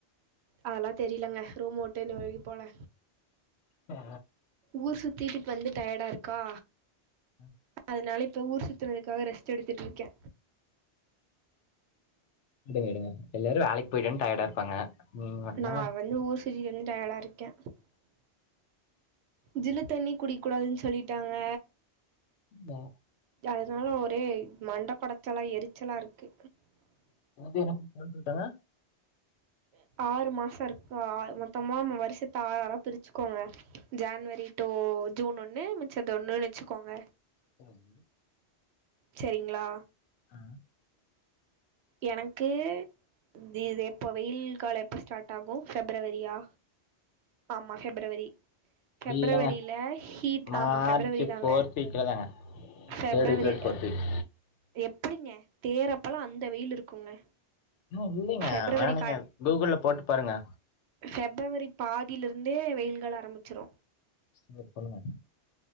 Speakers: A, on the right; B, on the left.
A: அதலா தெரியலங்க ரூம் ஊட்டே இன்னு வெளியில போல
B: ஆ
A: ஊர் சுத்திட்டு வந்து டயடா இருக்கா
B: ம்
A: அதனால இப்ப ஊர் சுத்தறதுக்காக ரெஸ்ட் எடுத்துட்ருக்கே
B: எடுங்க எடுங்க எல்லாரு வேலைக் போயிட்டு வந்து டயடா இருப்பாங்க நீங்க மட்டும்தாங்க
A: நா வந்து ஊர் சுத்திட்டு வந்து டயடா இருக்கே ஜில்லு தண்ணி குடிக்கூடாதுன்னு சொல்லிட்டாங்க
B: வா
A: அதனால ஒரே மண்ட கொடச்சலா எரிச்சலா இருக்கு
B: கொழந்தய <inaudible> சொல்ட்டாங்க
A: இப்ப ஆறு மாசோ இருக்கா மொத்தமா வருஷத்த ஆறு ஆனா பிரிச்சுக்கோங்க ஜன்வரி டூ ஜூன் ஒன்னு மிச்சது ஒன்னுனூ வெச்சுகோங்க
B: ம்
A: செரிங்ளா
B: அ
A: எனக்கு இந்த இது எப்போ வெயில் காலோ எப்போ ஸ்டார்ட் ஆகு ஃபிப்ரவரியா ஆமா ஃபிப்ரவரி ஃபிப்ரவரில
B: இல்லங்க
A: ஹீட்
B: மார்ச்
A: ஆமா ஃபிப்ரவரிதாங்க
B: ஃபோர்த் வீக்ல தாங்க
A: ஃபிப்ரவரி
B: தேர்ட் வீக்ல ஃபோர்த் வீக்
A: எப்டிங்க தேரப்பல்லா அந்த வெயில் இருக்குங்க
B: ஆ இல்லைங்க
A: ஃபெப்ரவரி
B: வேணா நீங்க கூகுள்ள போட்டு பாருங்க
A: ஃபிப்ரவரி பாதிலிருந்தே வெயில்கள் ஆரம்பிச்சிரு
B: சீக்கிரோ சொல்லுங்க